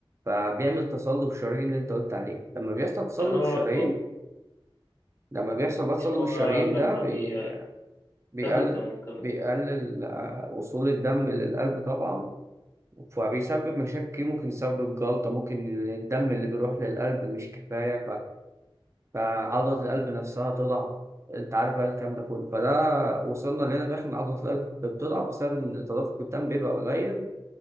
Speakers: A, on the right; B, on the left.
A: فبيعمل تصلب الشرايين اللي أنت قلت عليه لما بيحصل تصلب
B: يعني هو
A: الشرايين
B: آه،
A: لما بيحصل بقى تصلب
B: يعني هو
A: الشرايين
B: لما
A: ده بي-
B: بي
A: بيقل
B: تمام تمام تمام
A: بيقلل آه، وصول الدم للقلب طبعا فبيسبب مشاكل كتير، ممكن يسبب جلطة ممكن الدم اللي بيروح للقلب مش كفاية فعضلة القلب نفسها تضعف انت عارف بقى الكلام ده كله فده وصلنا لهنا في الاخر ان عضلة القلب بتضعف بسبب ان تدفق الدم بيبقى قليل